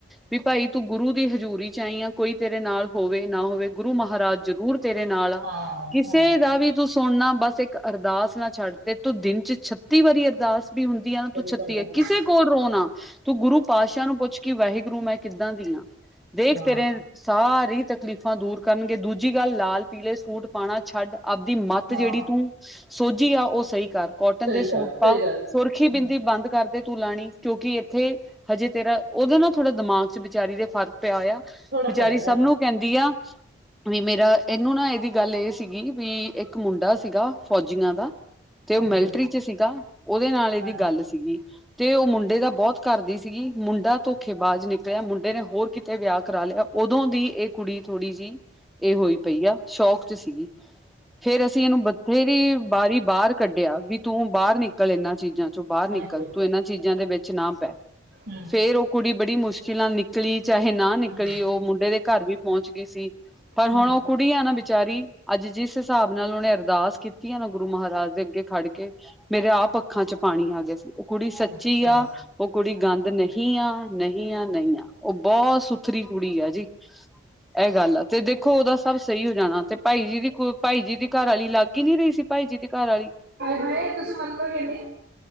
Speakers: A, in the centre; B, on the right.
A: ਵੀ ਭਾਈ ਤੂੰ ਗੁਰੂ ਦੀ ਹਜ਼ੂਰੀ ਚ ਆਈ ਆ, ਕੋਈ ਤੇਰੇ ਨਾਲ ਹੋਵੇ ਨਾ ਹੋਵੇ। ਗੁਰੂ ਮਹਾਰਾਜ ਜ਼ਰੂਰ ਤੇਰੇ ਨਾਲ ਆ
B: ਹਾਂ
A: ਕਿਸੇ
B: ਹਾਂ
A: ਦਾ
B: ਹਾਂ
A: ਵੀ ਤੂੰ ਸੁਣਨਾ ਬਸ ਇੱਕ ਅਰਦਾਸ ਨਾ ਛੱਡ, ਤੇ ਤੂੰ ਦਿਨ ਚ ਛੱਤੀ ਵਾਰੀ ਅਰਦਾਸ ਵੀ ਹੁੰਦੀ ਆਂ
B: ਸਹੀ
A: ਤੂੰ ਛੱਤੀ
B: ਗੱਲ
A: ਏ,
B: ਹੈ
A: ਕਿਸੇ
B: ਹਾਂ
A: ਕੋਲ ਰੋ ਨਾ ਤੂੰ ਗੁਰੂ ਪਾਤਸ਼ਾਹ ਨੂੰ ਪੁੱਛ ਕੇ ਵਾਹਿਗੁਰੂ ਮੈਂ ਕਿੱਦਾਂ ਦੀਆਂ ਦੇਖ
B: ਹਾਂ
A: ਤੇਰੇ, ਸਾਰੀ ਤਕਲੀਫ਼ਾਂ ਦੂਰ ਕਰਨਗੇ ਦੂਜੀ ਗੱਲ, ਲਾਲ-ਪੀਲੇ ਸੂਟ ਪਾਣਾ ਛੱਡ, ਆਪਦੀ ਮੱਤ ਜਿਹੜੀ
B: ਹਾਂ
A: ਤੂੰ। ਸੋਝੀ ਆ, ਓ ਸਈ ਕਰ। ਕੋਟਨ
B: ਸਹੀ
A: ਦੇ
B: ਗੱਲ
A: ਸੂਟ ਪਾ,
B: ਸਹੀ ਗੱਲ
A: ਸੁਰਖੀ ਬਿੰਦੀ
B: ਹਮ,
A: ਬੰਦ ਕਰ। ਤੂੰ ਲਾਣੀ, ਕਿਉਂਕਿ ਇੱਥੇ ਹਜੇ ਤੇਰਾ ਓਦੇ ਨਾਲ ਥੋੜਾ ਦਿਮਾਗ ਚ ਵਿਚਾਰੀ ਦੇ ਫਰਕ ਪਿਆ ਹੋਇਆ।
B: ਥੋੜਾ
A: ਵਿਚਾਰੀ
B: ਫਰਕ
A: ਸਭ
B: ਹੈ ਹਾਂਜੀ
A: ਨੂੰ ਕਹਿੰਦੀ ਆ। ਵੀ ਮੇਰਾ ਇਹਨੂੰ ਨਾ, ਇਹਦੀ ਗੱਲ ਏ ਸੀਗੀ ਵੀ ਇੱਕ ਮੁੰਡਾ ਸੀਗਾ। ਫੌਜੀਆਂ ਦਾ ਤੇ ਓ
B: ਹਾਂਜੀ
A: ਮਿਲਟਰੀ ਚ ਸੀਗਾ ਓਦੇ ਨਾਲ ਏਦੀ
B: ਹਾਂਜੀ
A: ਗੱਲ ਸੀਗੀ। ਤੇ ਓ ਮੁੰਡੇ ਦਾ ਬੋਤ ਕਰਦੀ ਸੀਗੀ, ਮੁੰਡਾ ਧੋਖੇਬਾਜ਼ ਨਿਕਲਿਆ ਮੁੰਡੇ ਨੇ ਹੋਰ ਕਿਤੇ ਵਿਆਹ ਕਰਾ ਲਿਆ। ਓਦੋ ਦੀ ਏ ਕੁੜੀ ਥੋੜੀ ਜੀ ਏ ਹੋਈ ਪਈ ਆ ਸ਼ੌਕ ਚ ਸੀਗੀ। ਫੇਰ ਅਸੀ ਇਨੂੰ ਬਥੇਰੀ ਵਾਰੀ ਬਾਰ ਕੱਢਿਆ ਵੀ ਤੂੰ ਬਾਰ ਨਿਕਲ ਏਨਾਂ ਚੀਜ਼ਾਂ ਚੋਂ ਬਾਰ
B: ਹਾਂਜੀ
A: ਨਿਕਲ ਤੂੰ ਏਨਾਂ ਚੀਜ਼ਾਂ ਦੇ ਵਿੱਚ ਨਾ ਪੈ,
B: ਹਮ
A: ਫੇਰ ਓ ਕੁੜੀ ਬੜੀ ਮੁਸ਼ਕਿਲ ਨਾਲ ਨਿਕ ਲੀ ਚਾਹੇ ਨਾ ਨਿਕਲੀ
B: ਹਮ
A: ਓ ਮੁੰਡੇ ਦੇ ਘਰ ਵੀ ਪੋਂਚਗੀ ਸੀ। ਪਰ ਹੁਣ
B: ਹਮ
A: ਓ ਕੁੜੀ ਆ ਨਾ ਵਿਚਾਰੀ ਅੱਜ ਜਿਸ ਸਾਬ ਨਾਲ ਓਨੇ ਅਰਦਾਸ ਕੀਤੀ ਆ ਨਾ ਗੁਰੂ ਮਹਾਰਾਜ ਦੇ ਅੱਗੇ ਖੜ ਕੇ ਮੇਰੇ ਆਪ ਅੱਖਾਂ ਚ ਪਾਣੀ ਆ ਗਿਆ ਸੀ ਓ ਕੁੜੀ ਸੱਚੀ
B: ਅੱਛਾ
A: ਆ। ਓ ਕੁੜੀ ਗੰਦ ਨਹੀਂ ਆ, ਨਹੀਂ ਆ, ਨਹੀਂ ਆ। ਓ ਬੋਤ ਸੁਥਰੀ ਕੁੜੀ ਆ ਜੀ, ਐ ਗੱਲ ਆ। ਤੇ ਦੇਖੋ ਓਦਾ ਸਭ ਸਈ ਜਾਣਾ, ਤੇ ਪਾਈ ਜੀ ਦੀ ਪਾਈ ਜੀ ਦੀ ਘਰਆਲੀ ਲੱਗ ਈ ਨੀ ਰਈ ਸੀ, ਪਾਈ ਜੀ ਦੀ ਘਰਆਲੀ।
B: ਆਏ ਹਾਏ ਤੁਸੀ ਮੰਨੋਗੇ ਨੀ,